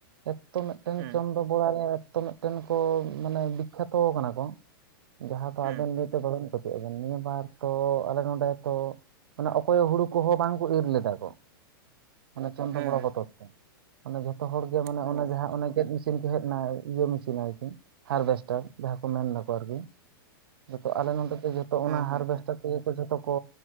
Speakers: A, on the right; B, on the right.
A: ᱮᱛᱛᱚ ᱢᱤᱫᱴᱮᱱ
B: ᱦᱮᱸ
A: ᱪᱚᱱᱫᱨᱚ ᱵᱚᱲᱟ ᱨᱮ ᱮᱛᱛᱛᱚ ᱢᱤᱫᱴᱮᱱ ᱠᱚ ᱢᱟᱱᱮ ᱵᱤᱠᱠᱷᱟᱛᱚ ᱟᱠᱟᱱᱟ ᱠᱚ ᱡᱟᱦᱟᱸ ᱫᱚ ᱟᱵᱮᱱ
B: ᱦᱮᱸ
A: ᱱᱤᱛ ᱵᱟᱵᱮᱱ <unintelligible> ᱱᱤᱭᱟᱹ ᱵᱟᱨ ᱛᱚ ᱟᱞᱮ ᱱᱚᱰᱮ ᱦᱚᱸ ᱛᱚ ᱢᱟᱱᱮ ᱚᱠᱚᱭ ᱦᱚᱸ ᱦᱩᱲᱩ ᱠᱚᱦᱚᱸ ᱵᱟᱝᱠᱚ ᱤᱨ ᱞᱮᱫᱟ ᱠᱚ ᱾ ᱢᱟᱱᱮ ᱪᱚᱱᱫᱨᱚ
B: ᱦᱮᱸ
A: ᱵᱚᱲᱟ ᱵᱚᱛᱚᱨ ᱛᱮ, ᱢᱟᱱᱮ ᱡᱷᱚᱛᱚ ᱦᱚᱲᱜᱮ ᱢᱟᱱᱮ
B: ᱦᱮᱸ
A: ᱚᱱᱮ ᱡᱟᱦᱟᱸ ᱚᱱᱮ ᱜᱮᱫ ᱢᱮᱥᱤᱱ ᱠᱚ ᱦᱮᱡ ᱮᱱᱟ ᱤᱭᱟᱹ ᱢᱮᱥᱤᱱ ᱟᱨᱠᱤ ᱦᱟᱨᱵᱷᱮᱥᱴᱟᱨ ᱾ ᱡᱟᱦᱟᱸ ᱠᱚ ᱢᱮᱱ ᱮᱫᱟᱠᱚ ᱟᱨᱠᱤ ᱾ <inaudible> ᱡᱚᱛᱚ ᱟᱞᱮ ᱱᱚᱰᱮ ᱫᱚ ᱡᱚᱛᱚ
B: ᱦᱮᱸ
A: ᱚᱱᱟ
B: ᱦᱮᱸ
A: ᱦᱟᱨᱵᱮᱥᱴᱟᱨ
B: ᱦᱮᱸ
A: ᱤᱭᱟᱹ ᱠᱚ ᱡᱷᱚᱛᱚ ᱠᱚ